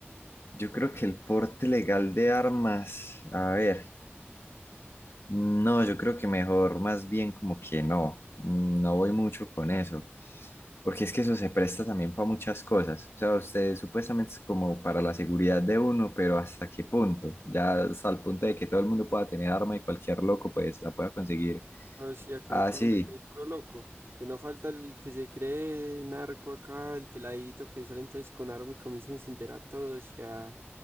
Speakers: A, on the left (about 70°); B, on the right (about 70°).
A: Yo creo que el porte legal de armas, a ver, no, yo creo que mejor, más bien como que no, mm, no voy mucho con eso, porque es que eso se presta también para muchas cosas. O sea, usted supuestamente es como para la seguridad de uno, pero ¿hasta qué punto? Ya hasta el punto de que todo el mundo pueda tener arma y cualquier loco pues la pueda conseguir
B: No, sí, acá
A: así.
B: en Colombia que hay puro loco. Que no falta el que se cree narco acá, el peladito que sale entonces con arma y comienza a encender a todos y a,